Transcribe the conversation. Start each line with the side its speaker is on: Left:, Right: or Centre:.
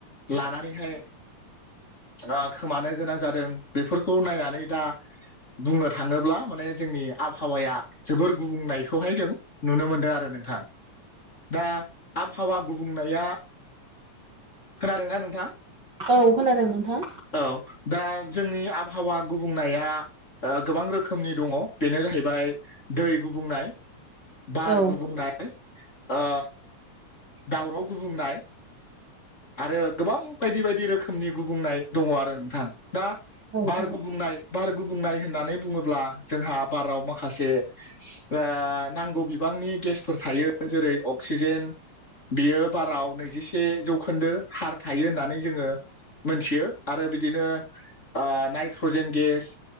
Left: लानानैहाय ओ खोमानो गोनां जादों बेफोरखौ नायनानै दा बुंनो थाङोब्ला माने जोंनि आबहावाया जोबोर गुबुंनायखौहाय जों नुनो मोनदों आरो नोंथां। दा आबहावा गुबुंनाया खोनादोंना नोंथां?
Right: औ खोनादों नोंथां
Left: औ दा जोंनि आबहावा गुबुंनाया गोबां रोखोमनि दङ बेनो जाहैबाय दै गुबुंनाय बार
Right: औ
Left: गुबुंनाय ओ दावराव गुबुंनाय आरो गोबां बायदि बायदि रोखोमनि गुबुंनाय दङ आरो नोंथां दा
Right: औ
Left: बार
Right: औ
Left: गुबुंनाय बार गुबुंनाय होननानै बुङोब्ला जोंहा बाराव माखासे ओ नांगौ बिबांनि गेसफोर थायो जेरै अक्सिजेन। बियो बाराव नैजिसे जौ खोन्दो हार थायो होननानै जोङो मोनथियो आरो बिदिनो ओ नाइट्रजेन गेस